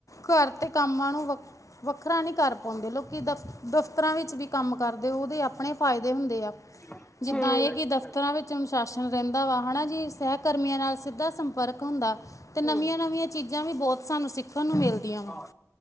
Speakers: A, on the left (about 85°); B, on the left (about 20°).
A: ਘਰ 'ਤੇ ਕੰਮਾਂ ਨੂੰ ਵਖ- ਵੱਖਰਾ ਨੀ ਕਰ ਪਾਉਂਦੇ ਲੋਕੀ ਦਫ ਦਫਤਰਾਂ ਵਿੱਚ ਵੀ ਕੰਮ ਕਰਦੇ ਓਦੇ ਆਪਨੇ ਫਾਇਦੇ ਹੁੰਦੇ ਆ।
B: ਹੂੰ।
A: ਜਿੱਦਾਂ ਇਹ ਕਿ ਦਫ਼ਤਰਾਂ ਵਿੱਚ ਅਨੁਸ਼ਾਸਨ ਰੈਂਦਾ ਵਾ, ਹੈ ਨਾ ਜੀ? ਸਹਿ ਕਰਮੀਆਂ ਨਾਲ ਸਿੱਧਾ ਸੰਪਰਕ ਹੁੰਦਾ। 'ਤੇ ਨਵੀਆਂ-ਨਵੀਆਂ
B: ਹੂੰ
A: ਚੀਜ਼ਾਂ ਵੀ ਬੋਤ ਸਾਨੂੰ ਸਿੱਖਨ ਨੂੰ ਮਿਲਦੀਆਂ। ਵਾ
B: ਆਹ,